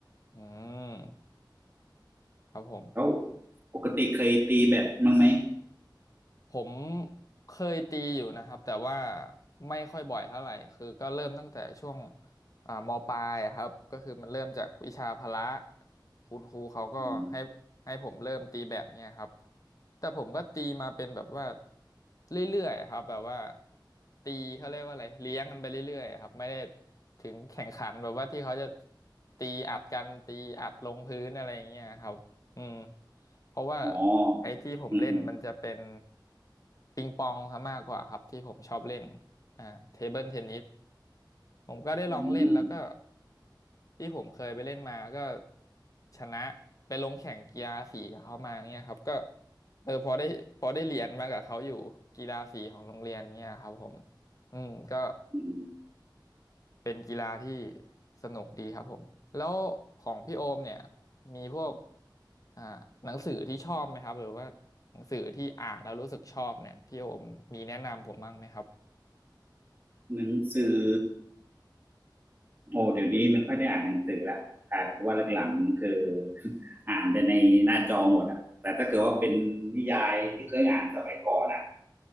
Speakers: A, on the left; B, on the right.
A: อืมครับผม
B: แล้วปกติเคยตีแบดมั้างไหม
A: ผมเคยตีอยู่นะครับแต่ว่าไม่ค่อยบ่อยเท่าไหร่คือก็เริ่มตั้งแต่ช่วงอ่ามปลายอะครับก็คือมันเริ่มจากวิชาพละคุณครูเขาก็ให้ให้ผมเริ่มตีแบดเนี่ยครับ
B: อ
A: แต่ผมก็ตีมาเป็นแบบว่าเรื่อยๆอะครับแบบว่าตีเขาเรียกว่าอะไรเลี้ยงกันไปเรื่อยๆอะครับไม่ได้ถึงแข่งขันแบบว่าที่เขาจะตีอัดกันตีอัดลงพื้นอะไรอย่างเงี้ยครับ อืมเพราะว่า
B: ๋อ
A: ไอ้ที่ผมเล่นมันจะเป็น
B: ออืม
A: ปิงปองซะมากกว่าครับที่ผมชอบเล่นอ่าเทเบิลเทนนิสผมก็ได้ลองเล่นแล้วก็
B: อืม
A: ที่ผมเคยไปเล่นมาก็ชนะไปลงแข่งกีฬาสีกับเขามาเนี่ยครับก็เออพอได้พอได้เหรียญมากับเขาอยู่กีฬาสีของโรงเรียนเนี่ยครับผมอืมก็
B: อืม
A: เป็นกีฬาที่สนุกดีครับผมแล้วของพี่โอมเนี่ยมีพวกอ่าหนังสือที่ชอบไหมครับหรือว่าหนังสือที่อ่านแล้วรู้สึกชอบเนี่ยพี่โอมมีแนะนำผมบ้างไหมครับ
B: หนังสือโอ้เดี๋ยวนี้ไม่ค่อยได้อ่านหนังสือละกลายเป็นว่าหลังๆคือ <laughs> อ่านแต่ในหน้าจอหมดอะแต่ถ้าเกิดว่าเป็นนิยายที่เคยอ่านสมัยก่อนอะ
A: อ๋ออืม